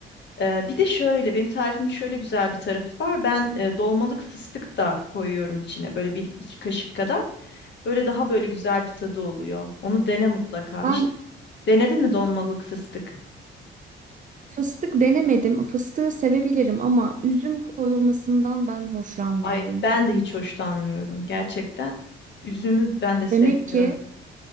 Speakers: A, on the left; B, on the right.
A: Ee, bir de şöyle benim tarifimin şöyle güzel bir tarafı var. Ben e, dolmalık fıstık da koyuyorum içine böyle bir iki kaşık kadar. Böyle daha böyle güzel bir tadı oluyor. Onu dene mutlaka.
B: Ben
A: Hiç denedin mi dolmalık fıstık?
B: Fıstık denemedim. Fıstığı sevebilirim ama üzüm koyulmasından ben hoşlanmıyorum.
A: Ay ben de hiç hoşlanmıyorum gerçekten. Üzümü ben de sevmiyorum.
B: Demek ki